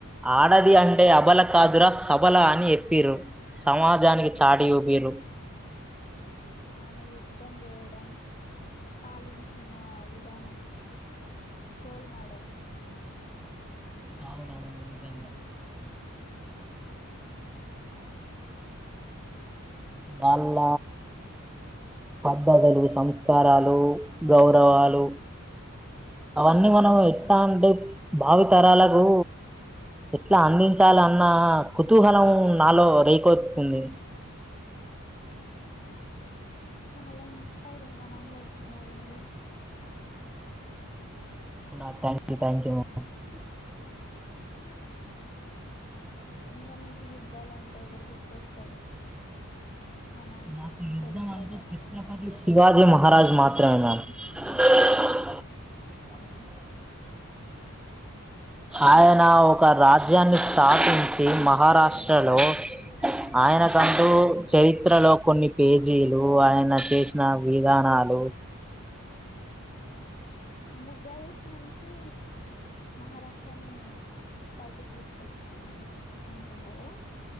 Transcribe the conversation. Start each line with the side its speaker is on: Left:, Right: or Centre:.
Centre: ఆడది అంటే అబల కాదురా సభల అని చెప్పిర్రు సమాజానికి చాటి చూపిర్రు
Left: ఆమె యుద్ధ యద్ధం చేయడం పాలించిన విధానం రోల్ మోడల్
Centre: అవునవును నిజంగా వాళ్ళ పద్ధతులు సంస్కారాలు గౌరవాలు అవన్నీ మనం ఎట్లా అంటే భావితరాలకు ఎట్లా అందించాలి అన్న కుతూహలం నాలో రేకెత్తుంది
Left: చాలా ఇన్స్పైరింగ్ గా మాట్లాడుతున్నారు మీరు
Centre: ఆ థ్యాంక్ థ్యాంక్ వెరీ మచ్ <inaudible>
Left: ఇంకా మీకు యుద్దాలంటే ఎవరు గుర్తొస్తారు మన
Centre: నాకు యుద్ధమంటే
Left: చరిత్రలో
Centre: ఛత్రపతి శివాజీ మహారాజ మాత్రమే అండి అ
Left: అవును
Centre: ఆయనా ఓ ఒక రాజ్యాన్ని స్థాపించి మహారాష్ట్ర హలో ఆయనకంటూ చరిత్రలో కొన్ని పేజీలు ఆయన చేసిన విధానాలు
Left: మొఘల్స్ నుంచి మహారాష్ట్రని బయటికి తీసుకొచ్చిందిను అనుకుంటా కదా